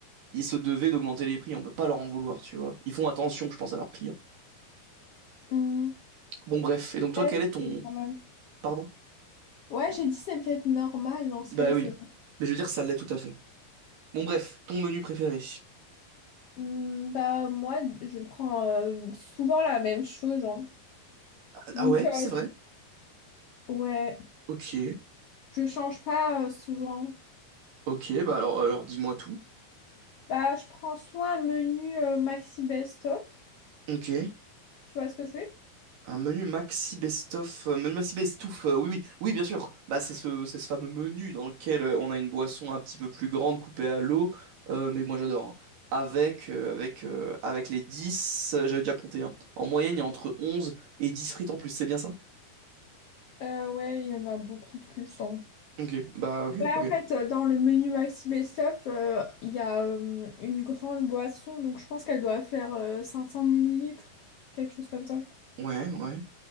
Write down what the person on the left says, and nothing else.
Hmm.
Ouais,
c'est normal.
Ouais, j'ai dit c'est peut-être normal dans ce
cas. c'est
Hmm, bah moi, je prends euh, souvent la même chose. hein. Donc
euh,
je- ouais,
je change pas euh, souvent.
Bah je prends soit un menu euh, maxi best-of.
Tu vois ce que c'est?
Euh, ouais, il y en a beaucoup plus. hein.
Ouais,
en fait, euh, dans le menu maxi best-of, euh, il y a euh, une grande boisson. Donc je pense qu'elle doit faire euh, 500 millilitres, quelque chose comme ça.